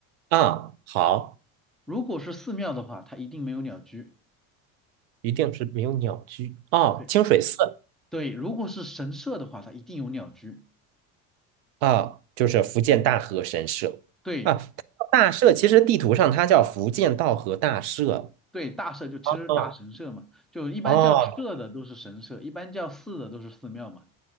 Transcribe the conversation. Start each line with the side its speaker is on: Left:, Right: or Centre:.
Right: 啊，好，
Centre: 如果是寺庙的话，它一定没有鸟居。
Right: 一定是没有鸟居啊，
Centre: 对，
Right: 清水寺
Centre: 对，如果是神社的话，它一定有鸟居。
Right: 啊，就是福建大和神社啊，
Centre: 对，
Right: 大社其实地图上它叫福建道和大社。
Centre: 对，大社就其实大神社嘛，
Right: 嗯
Centre: 就一般叫社的都是神社，
Right: 哦，
Centre: 一般叫寺的都是寺庙嘛。